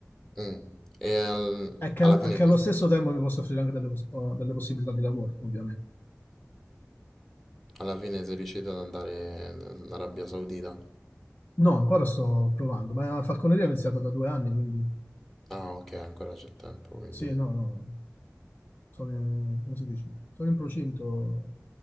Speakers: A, in the centre; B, on the left.
A: Mh. E al
B: È che,
A: alla
B: al-
A: fine
B: è che allo stesso tempo mi posso offrire anche delle, pos- oh, delle possibilità di lavoro, ovviamente.
A: alla fine sei riuscito ad andare in in Arabia Saudita.
B: No, ancora sto provando, ma la falconeria ho iniziato da due anni, quindi
A: Ah, okay, ancora c'è tempo, quindi
B: sì, no, no, sono in, come si dice? Sono in procinto,